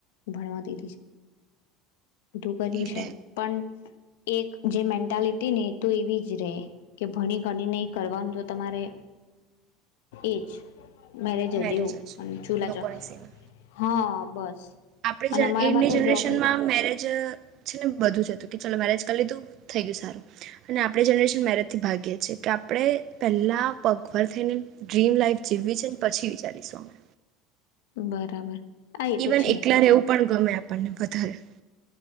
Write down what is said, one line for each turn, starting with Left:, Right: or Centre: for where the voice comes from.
Left: ભણવા <unintelligible> બધું કર્યું
Right: એટલે
Left: છે. પણ એક જે મેન્ટાલિટીને એતો એવી જ રે કે ભણી ઘણીને કરવાનું તો તમારે એજ. મેરેજે
Right: મેરેજ
Left: જેવું
Right: જ
Left: ચૂલા
Right: લોકોની
Left: ચો
Right: સેવા
Left: હા. બસ.
Right: આપણી
Left: અને
Right: જ
Left: અમારામાં
Right: એમની
Left: તો
Right: જનરેશનમાં
Left: જોબ
Right: મેરેજ છેને બધું જ હતું કે ચાલ મેરેજ કરી લીધું થઈ ગયું સારું અને આપણે જનરેશન મેરેજથી ભાગીએ છીએ કે આપણે પહેલા પગભર થઈને ડ્રીમ લાઈફ જીવવી છેને પછી વિચારીશું અમે.
Left: બરાબર. હા એ
Right: ઈવન
Left: તો છે
Right: એકલા રેવું પણ ગમે આપણને. <unintelligible>